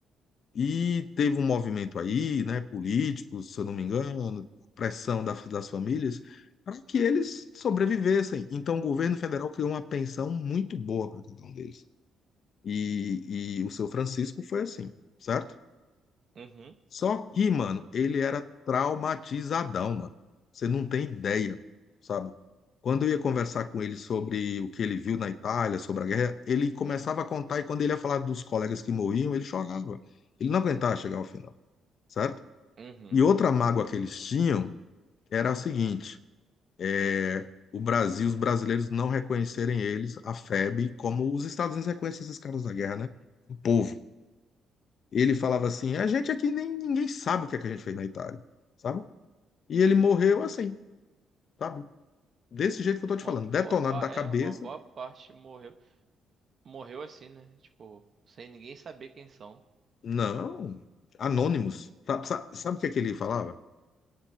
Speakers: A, on the left; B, on the right.
A: E teve um movimento aí, né, político, se eu não me engano, pressão da- das famílias, para que eles sobrevivessem. Então, o governo federal criou uma pensão muito boa para cada um deles. E, e o seu Francisco foi assim, certo?
B: Uhum.
A: Só que, mano, ele era traumatizadão, mano. Você não tem ideia, sabe? Quando eu ia conversar com ele sobre o que ele viu na Itália, sobre a guerra, ele começava a contar e quando ele ia falar dos colegas que morriam, ele chorava. Ele não aguentava chegar ao final certo?
B: Uhum.
A: E outra mágoa que eles tinham era a seguinte: é o Brasil, os brasileiros não reconhecerem eles, a FEB, como os Estados Unidos reconhecem esses caras da guerra, né? O povo. Ele falava assim: a gente aqui nem ninguém sabe o que é que a gente fez na Itália, sabe? E ele morreu assim, sabe? Desse jeito que eu tô te
B: Uma
A: falando,
B: boa
A: detonado
B: pa...
A: da
B: é,
A: cabeça.
B: uma boa parte morreu. Morreu assim, né? Tipo, sem ninguém saber quem são.
A: Não, anônimos. Sabe, sabe, sabe o que é que ele falava?